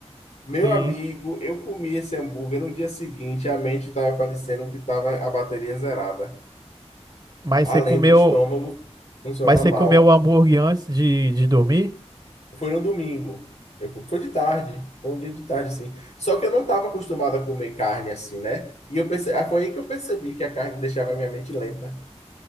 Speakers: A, on the left; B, on the right.
A: Meu
B: Sim.
A: amigo, eu comi esse hambúrguer no dia seguinte, a mente estava parecendo que estava a bateria zerada,
B: Mas
A: além
B: você comeu,
A: do estômago funcionar
B: mas você
A: mal.
B: comeu o hambúrguer antes de, de dormir?
A: Foi no domingo. Eu, com- foi de tarde, foi um dia de tarde, sim. Só que eu não estava acostumado a comer carne assim, né? E eu perce... ah, foi aí que eu percebi que a carne deixava a minha mente lenta.